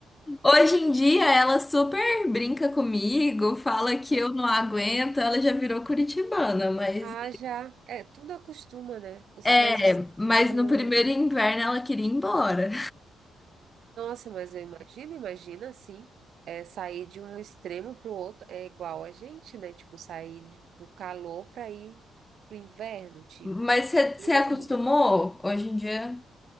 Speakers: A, on the left (about 15°); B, on the right (about 70°).
A: Hoje em dia, ela super brinca comigo, fala que
B: Aham.
A: eu não aguento, ela já virou curitibana, mas
B: ah, já, é, tudo acostuma, né? Os-
A: é,
B: Mas o ser
A: mas
B: humano
A: no primeiro inverno ela queria ir embora.
B: Nossa, mas eu imagino, imagina assim, é, sair de um extremo para o outro é igual a gente, né? Tipo, sair de- do calor para ir pro inverno, tipo.
A: Mas você
B: E
A: você
B: assim,
A: acostumou hoje em dia?